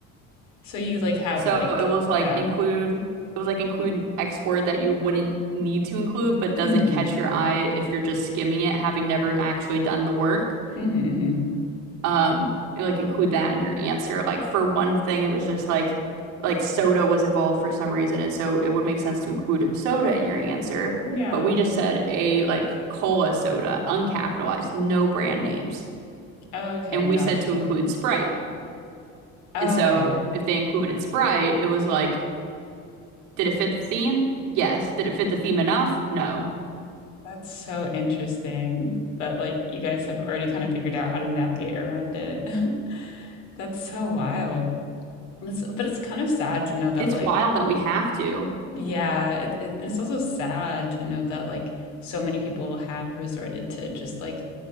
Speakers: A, on the left; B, on the right.
A: So you like have
B: So
A: like,
B: it was like
A: yeah.
B: include, it was like include X word that you wouldn't need to include, but doesn't
A: Mm-hmm.
B: catch your eye if you're just skimming it, having never actually done the work.
A: Mm-hmm. Mm-hmm.
B: Um, like include that in your answer. Like for one thing, it was just like, like soda was involved for some reason, and so it would make sense to include a soda in your answer.
A: Yeah.
B: But we just said a like cola soda, uncapitalized, no brand names,
A: Okay,
B: and we
A: gotcha.
B: said to include Sprite.
A: Okay.
B: And so if they included Sprite, it was like Did it fit the theme? Yes. Did it fit the theme enough? No.
A: That's so interesting that like you guys have already kind of figured out how to navigate around it. <laughs> That's so wild. That's, but it's kind of sad to know that
B: It's
A: like
B: wild that we have to.
A: Yeah, it, it, it's also sad to know that like so many people have resorted to just like